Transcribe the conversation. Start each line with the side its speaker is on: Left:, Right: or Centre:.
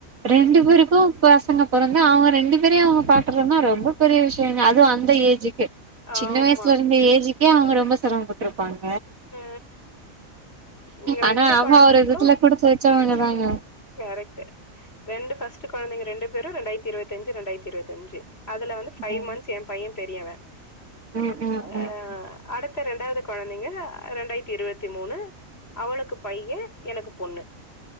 Right: ரெண்டு பேருக்கு பசங்க பொறந்தா அவங்க ரெண்டு பேரையு அவங்க பாக்றனா ரொம்ப பெரிய விஷ்யோங்க அதுவு அந்த ஏஜுக்கு
Left: ஆமா.
Right: சின்ன வயிசுல இருந்தே ஏஜுக்கே அவங்க ரொம்ப செரமப்பட்ருப்பாங்க
Left: அ இங்க
Right: ஆனா அம்மா
Left: கொழந்தைகளும்
Right: ஒரு விதத்துல குடுத்து வெச்சவங்க தாங்க
Left: கரெக்ட்டு ரெண்டு ஃபஸ்ட்டு கொழந்தைங்க ரெண்டு பேரு ரெண்டாயிரத்து இருவத்தஞ்சு ரெண்டாயிரத்து இருவத்தஞ்சு அதுல வந்து ஃபைவ்
Right: ம்
Left: மந்த்ஸ் எம் பைய பெரியவ
Right: ம் ம்
Left: அ
Right: ம்
Left: அடுத் த்த ரெண்டாவது கொழந்தைங்க ரெண்டாயிரத்தி இருவத்தி மூணு அவளுக்கு பைய எனக்கு பொண்ணு